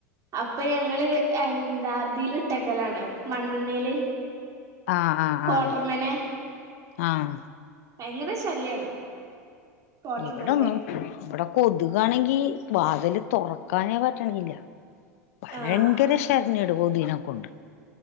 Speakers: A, on the right; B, on the left.
A: അപ്പോ ഞങ്ങള് എന്താഇതില് ഇട്ടക്കലാണ് മണ്ണണ്ണെൽ
B: ആഹ് ആഹ്
A: കോട്ടർമ്മാനെ
B: ആഹ് ആഹ്
A: ഭയങ്കര ശല്യാണ് ക്വാട്ടർമന്റെ
B: ഇവെടൊന്നും വെടെ കൊത്കാണെങ്കി വാത്‌ല് താെറക്കാനേ പറ്റണില്ലാ ഭഴെങ്കെര
A: ആഹ്
B: ശര്ണ്യാണ് കൊത്കിനെ കൊണ്ട്